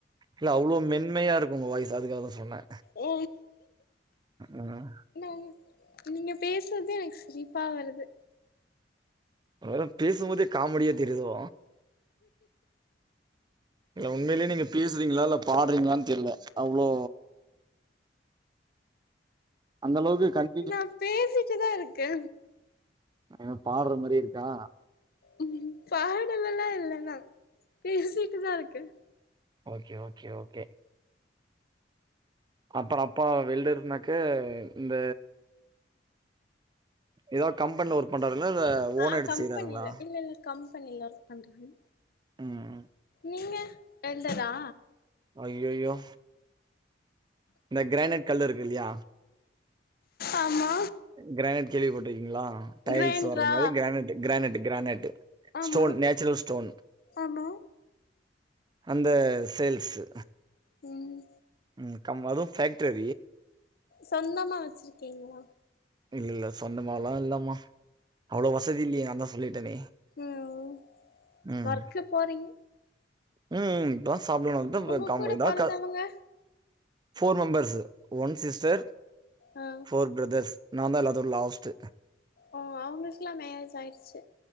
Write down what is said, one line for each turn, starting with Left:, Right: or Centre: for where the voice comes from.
Right: இல்ல அவ்ளோ மென்மைய இருக்கு உங்க வாய்ஸ் அதுக்காகதா சொன்னே
Left: ஓ
Right: ம்
Left: நா நீங்க பேசறதே எனக்கு சிரிப்பா வருது
Right: ஒருவேள பேசும்போதே காமெடியா தெரியுதோ இல்ல உண்மையிலயே நீங்க பேசுறீங்களா இல்ல பாடுறீங்களான்னு தெர்ல அவ்ளோ அந்தளவுக்கு கண்
Left: நா பேசிட்டுதா இருக்கே
Right: ஏன்ன பாடுற மாரியே இருக்கா
Left: உம் பாடலல்லா இல்ல நா பேசிட்டு தா இருக்கேன்
Right: ஓகே ஓகே ஓகே அப்புற அப்பா வெல்டர்னாக்க இந்த ஏதாது கம்பனில ஒர்க் பண்றாருங்கள இல்ல ஓனா
Left: ஆஹ்
Right: எடுத்து
Left: கம்பெனில
Right: செய்றாருங்களா?
Left: இல்ல இல்ல கம்பெனில ஒர்க் பண்றாங்க
Right: ம்.
Left: நீங்க வெல்டர்ரா
Right: அய்யயோ இந்த கிரானைட் கல்லு இருக்கு இல்லையா
Left: ஆமா
Right: கிரானைட் கேள்வி போட்டிருக்கீங்களா? டைல்ஸ்
Left: கிரைண்ட்ரா
Right: வர்ற மாரி கிரானேட்டு கிரானேட்டு கிரானேட்டு
Left: ஆமா
Right: ஸ்டோன் நேச்சுரல் ஸ்டோன்
Left: ஆமா
Right: அந்த சேல்ஸ்சு
Left: ம்
Right: ம் கம் அதுவு ஃபேக்ட்ரி
Left: சொந்தமா வெச்சிருக்கீங்களா?
Right: இல்ல இல்ல சொந்தமாலா இல்லமா அவ்ளோ வசதி இல்லையே நா தான் சொல்லிட்டேனே
Left: ம்
Right: உம்
Left: ஒர்க்கு போறீங்க
Right: ம் ம் தோச சாப்பட இதான்
Left: உங்க
Right: காம்
Left: கூட
Right: இதான்
Left: பொறந்தவங்க
Right: க ஃபோர் மெம்பர்ஸ் ஒன் சிஸ்டர்
Left: ஆ
Right: போர் பிரதர்ஸ் நான் தான் எல்லோரும் லாஸ்ட்
Left: ஓ அவங்களுக்குல்லாம் மேரேஜ் ஆயிடுச்சு